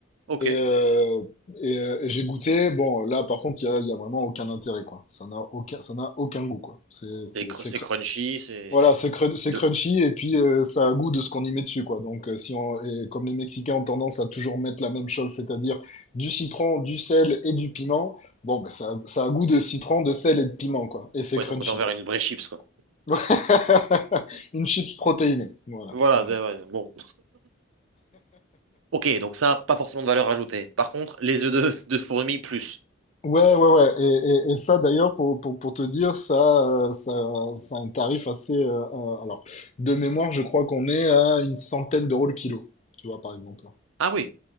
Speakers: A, on the right (about 80°); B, on the left (about 35°).
A: ok.
B: Et, euh, et, euh, et j'ai goûté. Bon, là, par contre, il y a, il y a vraiment aucun intérêt, quoi. Ça n'a aucun, ça n'a aucun goût, quoi. C'est c'est-
A: C'est cr-
B: c'est
A: c'est crunchy, c'est.
B: Voilà, c'est crun- c'est
A: De...
B: crunchy et puis euh, ça a goût de ce qu'on y met dessus, quoi. Donc, euh, si on, et comme les Mexicains ont tendance à toujours mettre la même chose, c'est-à-dire du citron, du sel et du piment, bon, ben, ça, a- ça a goût de citron, de sel et de piment, quoi. Et c'est
A: Ouais,
B: crunchy,
A: donc on est envers
B: quoi.
A: une vraie chips, quoi.
B: <laughs> Une chips protéinée, voilà,
A: Voilà,
B: voilà.
A: de- ouais, bon. Ok, donc ça, pas forcément de valeur ajoutée. Par contre, les œufs de, de fourmi, plus.
B: Ouais, ouais, ouais. Et, et- et ça, d'ailleurs, pour, pour, pour te dire, ça, euh, ça, ça a un tarif assez. euh, euh, alors, de mémoire, je crois qu'on est à une centaine d'euros le kilo, tu vois, par exemple.
A: Ah oui,